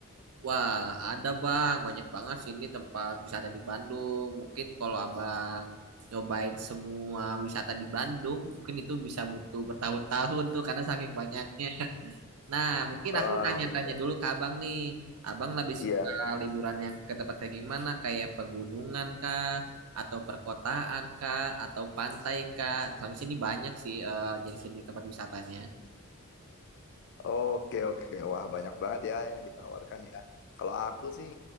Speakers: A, on the right; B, on the left.
A: Wah, ada Bang, banyak banget sih ini tempat wisata di Bandung. Mungkin kalau Abang nyobain semua wisata di Bandung, mungkin itu bisa butuh bertahun-tahun tuh karena saking banyaknya. Nah, mungkin
B: Ah
A: aku nanya-nanya
B: iya
A: dulu ke abang nih. Abang lebih
B: iya.
A: suka liburan yang ke tempat kayak gimana? Kayak pegunungan kah? Atau perkotaan kah? Atau pantai kah? Soalnya sini banyak sih eh, jadi sini tempat wisatanya.
B: Oke oke. Wah banyak banget ya yang ditawarkan ya. Kalau aku sih